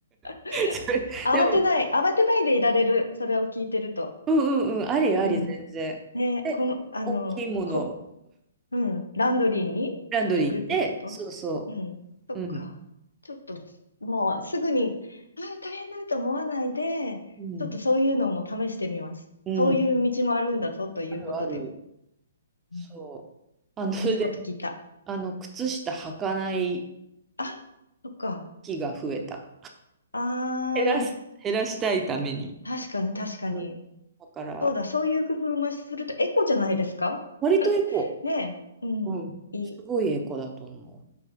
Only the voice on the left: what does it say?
<laughs>
慌てない、慌てないでいられる、それを聞いてると。
うん。
ね、
この、あの、
こ、うん、ランドリーに行くってこと
うん。そっか。
ちょっと、もうすぐに、あー大変だと思わないで、
ちょっとそういうのも試してみます。
そういう道もあるんだぞということで。
うん
いいこと聞いた。
あ、そっか。
ああ
確かに確かに。
そうだ、そういう工夫もするとエコじゃないですか
ねえ。うん。
いい。